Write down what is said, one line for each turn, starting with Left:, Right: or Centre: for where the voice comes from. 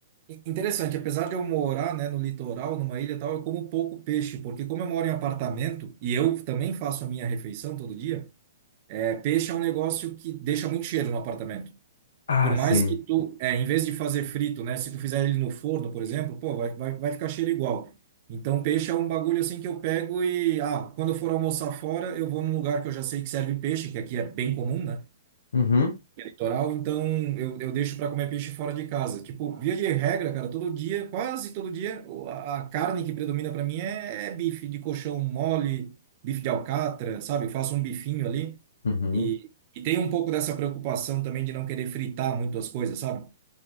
Right: In- Interessante, apesar de eu morar, né, no litoral, numa ilha e tal, eu como pouco peixe, porque como eu moro em apartamento e eu também faço a minha refeição todo dia, é, peixe é um negócio que deixa muito cheiro no apartamento.
Left: Ah,
Right: Por mais
Left: sim.
Right: que tu, é, em vez de fazer frito, né, se tu fizer ele no forno, por exemplo, pô, vai, vai, vai ficar cheiro igual. Então, peixe é um bagulho assim que eu pego e, ah, quando eu for almoçar fora, eu vou num lugar que eu já sei que serve peixe, que aqui é bem comum, né?
Left: Uhum,
Right: Toral, então eu, eu deixo para comer peixe fora de casa. Tipo, via de regra, cara, todo dia, quase todo dia, o- a, a carne que predomina para mim é, é bife de coxão mole, bife de alcatra, sabe? Eu faço um bifinho ali
Left: uhum,
Right: e, e tem um pouco dessa preocupação também de não querer fritar muito as coisas, sabe?